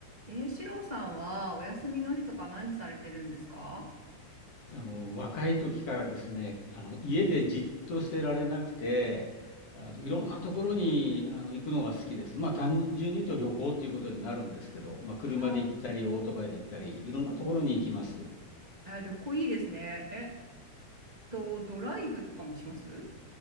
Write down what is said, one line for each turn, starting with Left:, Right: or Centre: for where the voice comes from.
Right: えー、シロさんはお休みの日とか何されてるんですか
Left: あの、若い時からですね、あの、家でじっとしてられなくて、あの、いろんなところに、あの、行くのが好きです。まあ、単純に言うと旅行っていうことになるんですけど、まあ、車で行ったり、
Right: あー
Left: オートバイで行ったり、いろんなところに行きます。
Right: うんあ、旅行いいですね。えっと、ドライブとかもします